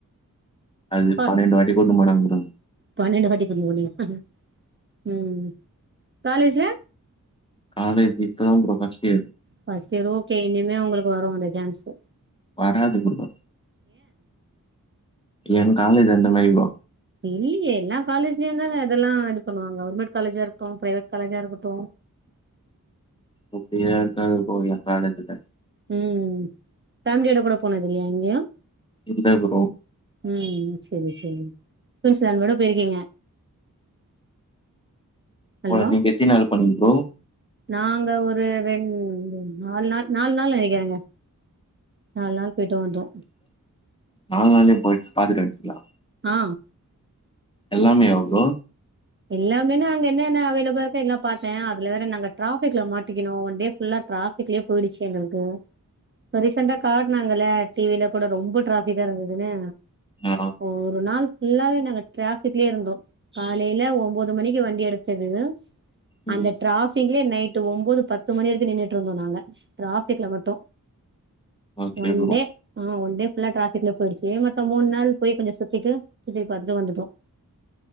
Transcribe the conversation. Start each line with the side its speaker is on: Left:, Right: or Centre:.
Left: அது
Right: ப
Left: பன்னெண்டு வாட்டி கூட்டுன்னு போனாங்க ப்ரோ
Right: பன்னெண்டு வாட்டி கூட்னு போனிங்க ம் காலேஜ்ல
Left: காலேஜ் இப்ப தா bro first year
Right: first year okay இனிமே உங்களுக்கு வரு அந்த சான்ஸ்சு
Left: வராது ப்ரோ என் காலேஜ் அந்த மாரி ப்ரோ
Right: இல்லீயே எல்லா காலேஜ்லயு தான அதெல்லா இது பண்ணுவாங்க கவுர்மெண்ட் காலேஜா இருக்ட்டு பிரைவேட் காலேஜா இருக்கட்டு
Left: உப்பி யாருக்காவது போவியா காலேஜ்க்கு
Right: ம் ஃபேமிலியோட கூட போனதில்லையா எங்கயு
Left: இல்ல ப்ரோ
Right: ம் செரி செரி குயின்ஸ் லேண்ட் மட்டு போயிருக்கீங்க ஹலோ
Left: போல நீங்க எத்தின் நாள் போனீங்க ப்ரோ
Right: நாங்க ஒரு ரெண் நால் நாள் நால் நாள் நெனக்கிறேங்க நால் நாள் போயிட்டு வந்தோ
Left: நால் நாள்ள போயிட் பாத்துட்டு வன்டியா
Right: ஆ
Left: எல்லாமேவா ப்ரோ
Right: எல்லாமேனா அங்க என்னன்ன அவேலெபிளா இருக்கோ எல்லா பாத்தே அதுல வேற நாங்க டிராஃபிக்ல மாட்டிக்கிணோ ஒன் டே ஃபுல்லா ட்ரா பிக்லயே போயிடுச்சு எங்களுக்கு இப்ப ரீசெண்டா காட்னாங்கல டிவில கூட ரொம்ப டிராபிக்கா இருந்ததுனு
Left: ஆ
Right: ஒரு நாள் ஃபுல்லாவே நாங்க டிராஃபிக்லயே இருந்தோ காலேல் ல ஒம்போது மணிக்கு வண்டி எடுத்தது
Left: ம்
Right: அந்த டிராஃ ஃபிக்லயே நைட்டு ஒம்போது பத்து மணி வரைக்கு நின்னுட்டு இருந்தோ நாங்க டிராஃபிக்ல மட்டு
Left: ஓகே
Right: ஒன்
Left: ப்ரோ.
Right: டே ஆ ஒன் டே ஃபுல்லா டிராஃபிக்ல போயிடுச்சு மத்த மூண் நாள் போய் கொஞ்சோ சுத்திட்டு சுத்தி பாத்துட்டு வந்துட்டோ